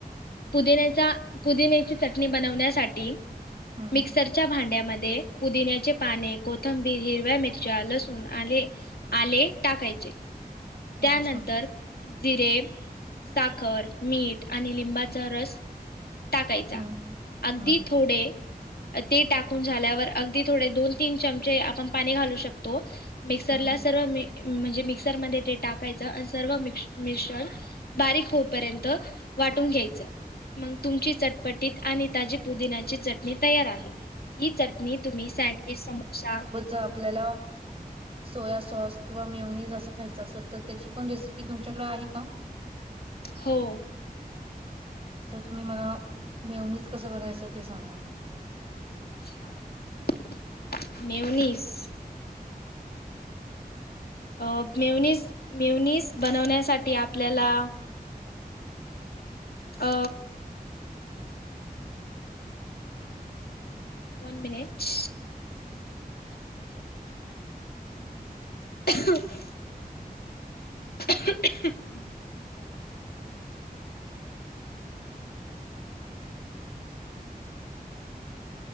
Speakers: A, on the left (about 75°); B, on the right (about 35°).
A: पुदिनेचा पुदिन्याची चटणी बनवण्यासाठी
B: हम्म
A: मिक्सरच्या भांड्यामध्ये पुदिन्याचे पाने, कोथंबीर, हिरव्या मिरच्या, लसूण, आले आले टाकायचे त्यानंतर
B: अच्छा
A: जिरे, साखर, मीठ आणि लिंबाचा रस टाकायचा.
B: हा
A: अगदी
B: हा
A: थोडे अ ते टाकून झाल्यावर अगदी थोडे दोन तीन चमचे आपण पाणी घालू शकतो. मिक्सरला
B: हा
A: सर्व मि म्हणजे मिक्सरमध्ये ते टाकायचं अनं सर्व मिश्र मिश्रण बारीक होपर्यंत वाटून घ्यायचं. मंग तुमची चटपटीत आणि ताजी पुदिनाची चटणी तयार आहे. ही चट नी तुम्ही सँडविच, समोसा
B: ज आपल्याला सोया सॉस किंवा मेवनीज असं खायचं असल तर त्याची पण रेसिपी तुमच्याकडे आहे का?
A: हो.
B: त तुम्ही मला मेवनीस कसं बनवायचं ते सांगा.
A: च्छा मेवनीस अ मेवनीस मेवनीस बनवण्यासाठी आपल्याला अ वन मिनिट <inaudible> <inaudible>